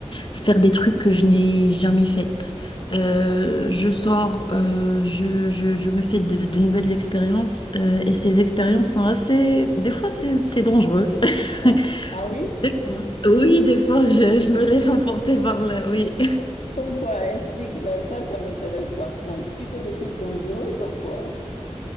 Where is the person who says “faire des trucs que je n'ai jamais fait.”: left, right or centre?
Left